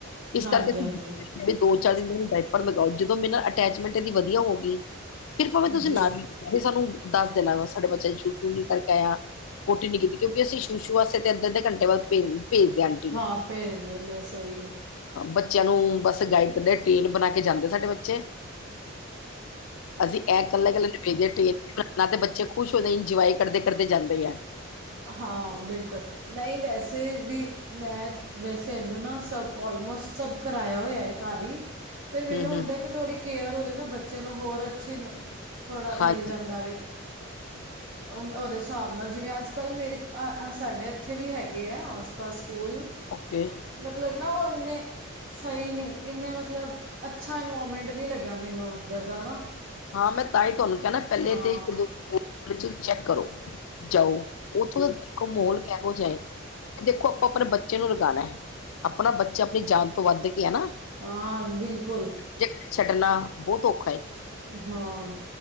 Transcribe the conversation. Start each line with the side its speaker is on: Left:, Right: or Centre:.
Left: ਇਸ
Right: ਹਾਂਜੀ
Left: ਕਰਕੇ
Right: ਹਾਂਜੀ
Left: ਦੋ-ਚਾਰ ਦਿਨ ਓਨੂੰ ਡਾਈਪਰ ਲਗਾਓ, ਜਦੋਂ ਮੇਰੇ ਨਾਲ ਅਟੈਚਮੈਂਟ ਐਦੀ ਵਦੀਆ ਹੋ ਗੀ ਫੇਰ ਪਾਵੇਂ ਤੁਸੀਂ
Right: ਜੀ
Left: ਨਾਲ ਈ ਸਾਨੂੰ ਦਾਸ ਦੇਨਾ ਵਾ ਸਾਡੇ ਬੱਚਾ ਸੂਸੂ ਕਾਰਕੇ ਆਯਾ ਪੋਟੀ ਨੀ ਕੀਤੀ ਕਉਕਿ ਅਸੀ ਸ਼ੁਸ਼ੂ ਵਾਸਤੇ ਅੱਧੇ-ਅੱਧੇ ਘੰਟੇ ਬਾਦ ਪੇ ਪੇਜ ਦੇਆਂਗੇ।
Right: ਹਾਂ, ਪੇਜ ਦੇਂਦੇ ਸਈ ਆ।
Left: ਬੱਚਿਆਂ ਨੂੰ ਬਸ ਗਾਈਡ ਕਰਦੇ, ਟੀਮ ਬਨਾ ਕੇ ਜਾਂਦੇ ਸਾਡੇ ਬੱਚੇ ਅਸੀ ਐ ਕੱਲੇ-ਕੱਲੇ ਨੀ ਭੇਜਦੇ ਟੀਮ ਬਨਾ ਤੇ ਬੱਚੇ ਖੁਸ਼ ਹੋਂਦੇ ਇੰਜੋਆਏ ਕਰਦੇ-ਕਰਦੇ ਜਾਂਦੇ ਐ।
Right: ਹਾਂ, ਬਿਲਕੁਲ ਨਈ ਵੈਸੇ ਵੀ ਮੈਂ ਵੈਸੇ ਐਨੂੰ ਨਾ ਸਬ ਓਲਮੋਸਟ ਸਬ ਕਰਾਆ ਹੋਆ ਏ ਘਰ ਈ ਫੇਰ
Left: ਹੂੰ
Right: ਮੈਨੂੰ
Left: ਹੂੰ
Right: ਹੁੰਦੈ
Left: ਹੂੰ
Right: ਕਿ ਥੋੜੀ ਕੇਅਰ ਹੋ ਜੇ ਨਾ ਬੱਚੇ ਨੂੰ, ਹੋਰ ਅੱਛੀ ਥੋੜਾ
Left: ਹਾਂਜੀ
Right: ਮਿਲ ਜਾਂਦਾ ਵੇ, ਓ ਓਦੇ ਸਾਬ ਨਾਲ ਜਿਵੇਂ ਅਜ ਕੱਲ ਮੇਰੇ ਆ ਆ ਸਾਡੇ ਐਥੇ ਵੀ ਹੈਗੇ ਐ ਆਸ-ਪਾਸ ਸਕੂਲ
Left: ਓਕੇ
Right: ਮਤਲਬ ਨਾ ਓਨੇ ਸਈ ਨੀ, ਇੰਨੇ ਮਤਲਬ ਅੱਛਾ ਇਨਵੋਮੈਂਟ ਨੀ ਲੱਗਿਆ ਮੈਨੂੰ ਓਧਰ ਦਾ ਨਾ
Left: ਹਾਂ, ਮੈਂ ਤਾਂ ਈ ਤੁਆਨੂੰ ਕਿਆ ਨਾ ਪੈਲੇ
Right: ਹਾਂ
Left: ਤੇ ਇੱਕ-ਦੋ ਸਕੂਲ ਚੈੱਕ ਕਰੋ ਜਾਓ, ਓਥੋਂ ਦਾ ਦੇਖੋ ਮੋਲ ਕੈਹੋ ਜਿਆ ਏ। ਦੇਖੋ ਆਪਾਂ ਆਪਨੇ ਬੱਚੇ ਨੂੰ ਲਗਾਨੈ, ਆਪਨਾ ਬੱਚਾ ਆਪਨੀ ਜਾਨ ਤੋਂ ਵਾੱਧ ਕੇ ਐ ਨਾ
Right: ਆਂ, ਬਿਲਕੁਲ।
Left: ਜਿਨੂੰ ਛੱਡਨਾ ਬੋਤ ਔਖਾ ਏ
Right: ਹਾਂ।